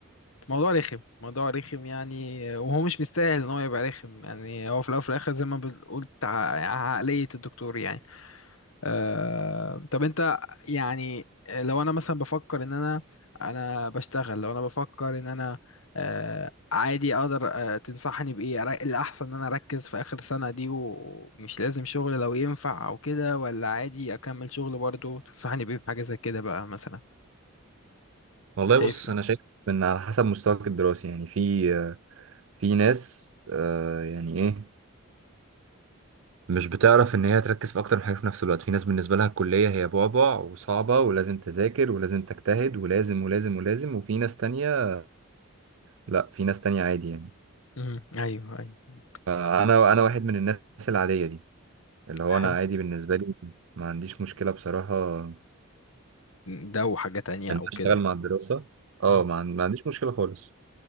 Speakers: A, on the left (about 75°); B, on the right (about 65°).
A: موضوع رخم موضوع رخم يعني وهو مش مستاهل ان هو يبقى رخم يعني هو في الاول وفي الاخر زي ما بتقول تع- عقلية الدكتور يعني آه، طب انت يعني آه، لو انا مثلا بفكر ان انا انا بشتغل لو انا بفكر ان انا آه، عادي اقدر آه، تنصحني بايه أر- الاحسن ان انا اركز في اخر سنة دي ومش لازم شغل لو ينفع او كده ولا عادي اكمل شغل برضو تنصحني بايه في حاجة زي كده بقى مثلا
B: والله
A: شايف
B: بص
A: ايه
B: انا شايف ان على حسب مستواك الدراسي يعني في آه، في ناس آه، يعني ايه مش بتعرف ان هي تركز في اكتر من حاجه في نفس الوقت في ناس بالنسبه لها الكليه هي بعبع وصعبه ولازم تذاكر ولازم تجتهد ولازم ولازم ولازم وفي ناس تانية لا في ناس تانية عادي يعني
A: امم ايوه ايوه
B: انا انا واحد من الناس العاديه دي اللي هو
A: حلو
B: انا عادي بالنسبه لي ما عنديش مشكله بصراحه ان
A: ده وحاجة تانية
B: أنا
A: او كده
B: اشتغل مع الدراسه اه
A: مم.
B: ما, عن- ما عنديش مشكله خالص